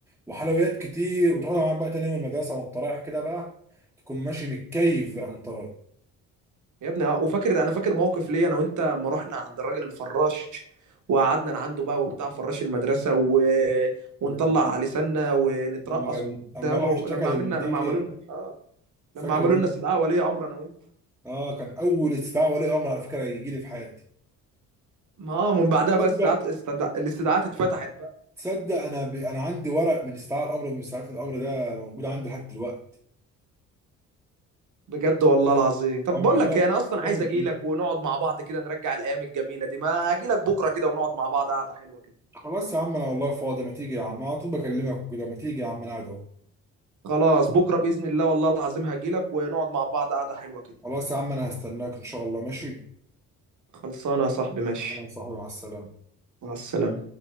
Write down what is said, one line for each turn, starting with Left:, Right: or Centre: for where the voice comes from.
Centre: وحلويات كتير وتاخدها معاك بقى تاني يوم المدرسه وانت رايح كده بقى تكون ماشي متكيف بقى وانت رايح
Right: يا ابني اه وفاكر انا فاكر موقف ليا انا وانت لما رحنا عند الراجل الفراش وقعدنا عنده بقى وبتاع فراش المدرسه و... ونطلع
Centre: لما جبنا-
Right: لساننا ونترقص
Centre: لما جاب
Right: قدامه
Centre: اما راح اشتكى
Right: لما
Centre: للمدير
Right: عملنا لما عملوا لنا اه
Centre: فاكر
Right: لما عملوا
Centre: دي
Right: لنا استدعاء ولي امر انا وانت
Centre: اه كان اول استدعاء ولي امر على فكره يجي لي في حياتي
Right: ما آه، من بعدها
Centre: تصدق
Right: بقى استدعاءات استدع... الاستدعاءات اتفتحت بقى
Centre: تصدق انا ب... انا عندي ورق من استدعاء الامر من استدعاء الامر ده موجود عندي لحد دلوقتي
Right: بجد والله العظيم طب
Centre: او محتفظ
Right: بقول لك ايه انا اصلا
Centre: محتفظ
Right: عايز اجي لك ونقعد مع بعض كده نرجع الايام الجميله دي ما اجي لك بكره كده ونقعد مع بعض قعده حلوه كده
Centre: خلاص يا عم انا والله فاضي ما تيجي يا عم انا على طول بكلمك وكده ما تيجي يا عم انا قاعد اهو
Right: خلاص بكره باذن الله والله العظيم هجي لك ونقعد مع بعض قعده حلوه كده
Centre: خلاص يا عم انا هستناك ان شاء الله ماشي
Right: خلصانه يا صاحبي ماشي
Centre: انا صاحبي مع السلامه
Right: مع السلامة